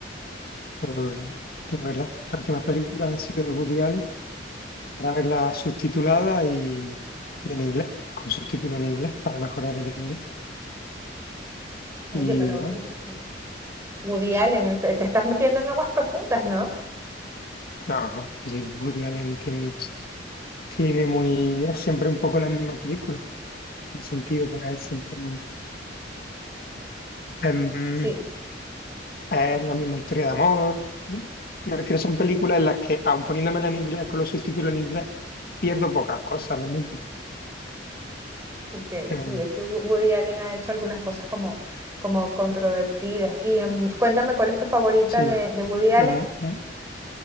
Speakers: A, on the left (about 55°); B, on the right (about 15°).
A: por la verdad. Las últimas películas han sido de Woody Allen, para verlas subtituladas y, y en inglés, con subtítulos en inglés, para mejorar el inglés.
B: Oye,
A: Y
B: pero
A: bueno,
B: <laughs> Woody Allen, eh, te, te estás metiendo en aguas profundas, ¿no?
A: no, sí, Woody Allen tiene un cine muy... es siempre un poco la misma película, en el sentido, porque es siempre... Em,
B: Sí,
A: es la misma historia de amor. Me refiero, son películas en las que, aun poniéndomela en inglés con los subtítulos en inglés, pierdo pocas cosas realmente.
B: Ok,
A: Em,
B: sí, es que Wo- Woody Allen ha hecho algunas cosas como, como controvertidas. Y em, cuéntame, ¿cuál es tu favorita
A: sí.
B: de, de Woody Allen?
A: Y, mm, mm.